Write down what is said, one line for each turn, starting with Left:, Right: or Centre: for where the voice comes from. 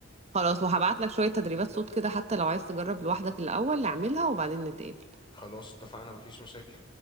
Right: خلاص وهبعت لك شوية تدريبات صوت كده حتى لو عايز تجرب لوحدك الأول اعملها وبعدين نتقابل
Left: خلاص اتفقنا مفيش مشاكل